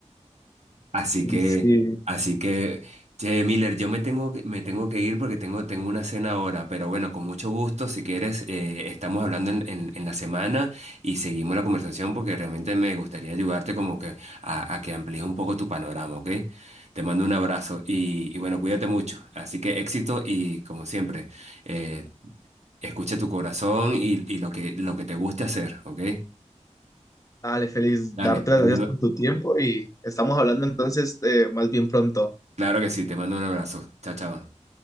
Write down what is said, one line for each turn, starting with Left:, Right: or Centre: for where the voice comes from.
Right: Así
Left: Sí,
Right: que, así que, che, Miller, yo me tengo, que- me tengo que ir porque tengo, tengo una cena ahora, pero bueno, con mucho gusto, si quieres, eh, estamos hablando en, en- en la semana y seguimos la conversación porque realmente me gustaría ayudarte como que a, a que amplíes un poco tu panorama, ¿ok? Te mando un abrazo y, y bueno, cuídate mucho. Así que éxito y como siempre, eh, escucha tu corazón y, y lo que, lo que te guste hacer, ¿ok?
Left: dale, Félix,
Right: Dale,
Left: darte
Right: te
Left: las gracias
Right: mando,
Left: por tu tiempo y estamos hablando entonces eh, más bien pronto.
Right: claro que sí, te mando un abrazo. Chao, chao.